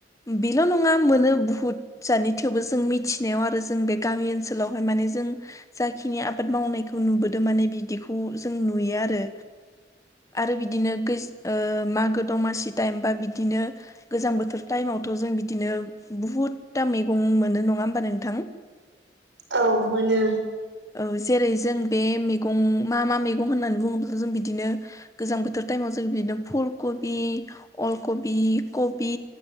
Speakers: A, on the left; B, on the right.
A: बेल' नङा मोनो बुहुद जाथनि थेवबो जों मिथिनायाव आरो जों बे गामि ओनसोलावहाय माने जों जाखिनि आबाद मावनाय खौ नुबोदों माने बिदिखौ जों नुयो आरो।
B: <inaudible>
A: आरो बिदिनो गेज ओ मागो दमासि टाइम बा बिदिनो गोजां बोथोर टाइमावथ' जों बिदिनो बुहुदथा मैगं मोनो नङा होमबा नोंथां?
B: औ मोनो।
A: औ जेरै जों बे मैगं मा मा मैगं होननानै बुङोब्ला जों बिदिनो गोजां बोथोर टाइमाव जों बिदिनो फुलकबि अलकबि कबि